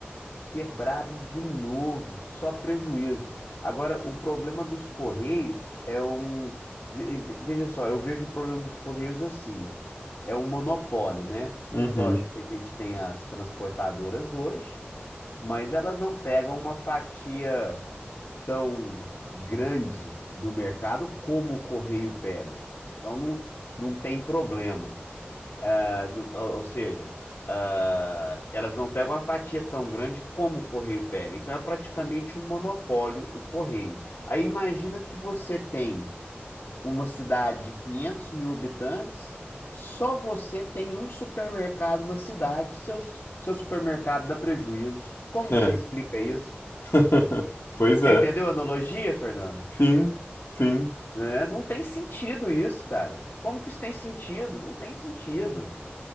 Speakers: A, on the left (about 65°); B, on the left (about 80°).
A: quebrado de novo, só prejuízo. Agora, o problema dos Correios é um. ve- ve- Veja só, eu vejo o problema dos Correios assim: é um monopólio, né?
B: Uhum.
A: Lógico que a gente tem as transportadoras hoje mas elas não pegam uma fatia tão grande do mercado como o Correio pega. Então não, não tem problema. Ah, nu- ou ou seja, ah, elas não pegam uma fatia tão grande como o Correio pega. Então é praticamente um monopólio o Correio. Aí imagina que você tem uma cidade de 500 mil habitantes, só você tem um supermercado na cidade, seu, seu supermercado dá prejuízo. Como
B: É.
A: que você explica isso?
B: <laughs> pois
A: Você
B: é.
A: entendeu a analogia, Fernando?
B: Sim, sim.
A: Né? Não tem sentido isso, cara. Como que isso tem sentido? Não tem sentido.